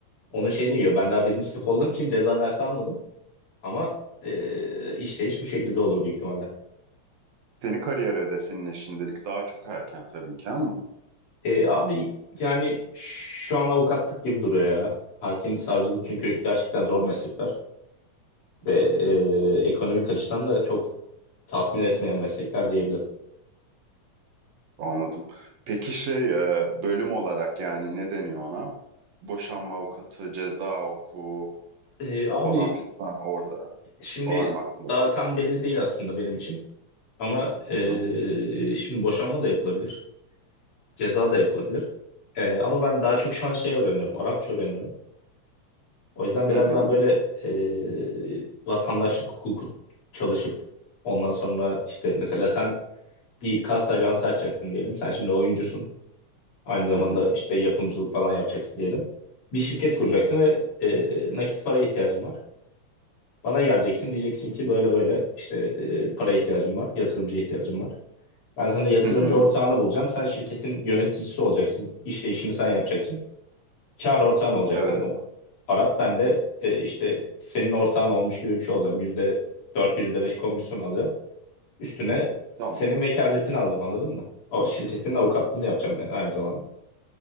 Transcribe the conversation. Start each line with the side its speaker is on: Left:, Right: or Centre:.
Left: onun şeyini yiyor. Ben daha birinci sınıf olduğum için ceza dersi almadım. Ama e, işleyiş bu şekilde olur büyük ihtimalle.
Right: Senin kariyer hedefin ne şimdilik? Daha çok erken tabii ki ama
Left: E, abi yani şu an avukatlık gibi duruyor ya. Hakim, savcılık çünkü gerçekten zor meslekler. Ve e, ekonomik açıdan da çok tatmin etmeyen meslekler diyebilirim.
Right: anladım. Peki şey e, bölüm olarak yani ne deniyor ona? Boşanma avukatı, ceza hukuku
Left: E, abi
Right: falan fistan orada
Left: şimdi
Right: var mı aklında?
Left: daha tam belli değil aslında benim için. Ama e,
Right: Hı hı.
Left: şimdi boşanma da yapılabilir. Ceza da yapılabilir. Ee, ama ben daha çok şu an şey öğreniyorum. Arapça öğreniyorum. O yüzden biraz
Right: Hı hı.
Left: daha böyle e, vatandaşlık hukuku çalışıp ondan sonra işte mesela sen bir kast ajansı açacaksın diyelim. Sen şimdi oyuncusun. Aynı zamanda
Right: Hı hı.
Left: işte yapımcılık falan yapacaksın diyelim. Bir şirket kuracaksın
Right: Hı hı. Hı hı.
Left: ve e, nakit para ihtiyacın var. Bana geleceksin diyeceksin ki böyle böyle işte e, para ihtiyacım var, yatırımcı ihtiyacım var. Ben sana yatırımcı
Right: Hı hı.
Left: ortağını bulacağım. Sen şirketin yöneticisi olacaksın. İşleyişini sen yapacaksın. kar ortağın olacak
Right: Evet.
Left: senin o Arap. Ben de e, işte senin ortağın olmuş gibi bir şey olacağım. Yüzde dört, yüzde beş komisyon alacağım. Üstüne
Right: Tamam.
Left: senin vekaletini alacağım anladın mı? O şirketin avukatlığını yapacağım ben aynı zamanda.